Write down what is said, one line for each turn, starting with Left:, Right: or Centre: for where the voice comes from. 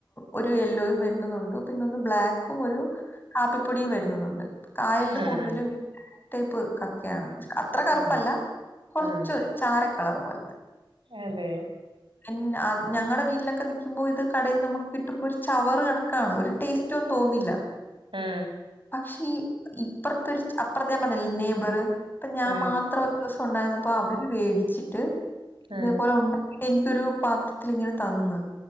Left: ഒരു എല്ലോയും വര്ന്നതുണ്ടുക് പിന്നൊന്ന് ബ്ലാക്കും ഒരു ഹാപ്പി പ്പൊടിയും വര്ന്നതുണ്ട് കായൽൽ
Right: ആഹ്
Left: കൂട്തലും
Right: ആഹ്
Left: ടേപ്പ് കക്കയാണ് അത്ര കറുപ്പല്ല
Right: അതെ
Left: കൊറച്ച്
Right: ആഹ്
Left: ചാരക്കളർ പോല്ത്തെ
Right: അതെ
Left: പിന്നെ ഞങ്ങടെ വീട്ടിലൊക്കെ നിക്കുമ്പോൾ ഇത് കടെന്ന് നമുക്ക് കിട്ടുമ്പോ ഒരു ചവർ കണക്കാണ് ഒരു ടേസ്റ്റ് റ്റുംതോന്നില്ല
Right: ആഹ്
Left: പറ്റൊ ക്ഷീ ഇപ്പറത്തെ അപ്പുറത്തെ ഞാ പറഞ്ഞില്ല നെബർ അപ്പൊ ഞാൻ
Right: ആഹ്
Left: മാത്രം ഒരു ദിവസം ഉണ്ടായിരുന്നപ്പ അവര് മേടിച്ചിട്ട് ഇതേപോലെ
Right: ആഹ്
Left: ഉണ്ടാ- എനിക്കൊരു പാത്രത്തിലിങ്ങനെ തന്ന്